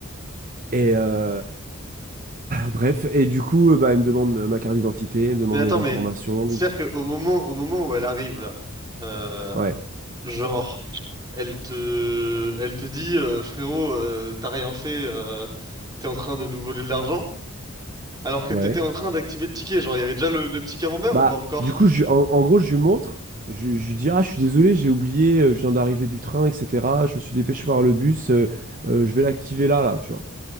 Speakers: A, on the right; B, on the right.
A: Et, euh, Bref, et du coup, euh, bah, elle me demande euh, ma carte d'identité, elle me demande
B: Mais attends
A: mes informations.
B: mais c'est-à-dire que au moment au moment où elle arrive là, euh,
A: Ouais,
B: genre Elle te, elle te dit, euh, frérot, euh, t'as rien fait, euh, t'es en train de nous voler de l'argent, alors que
A: ouais.
B: t'étais en train d'activer le ticket. Genre, il y avait déjà le, le petit camembert
A: Bah,
B: ou pas encore?
A: du coup, je, en, en gros, je lui montre, je, je lui dis, ah, je suis désolé, j'ai oublié, euh, je viens d'arriver du train, etc. Je me suis dépêché par le bus, euh, euh, je vais l'activer là, là, tu vois.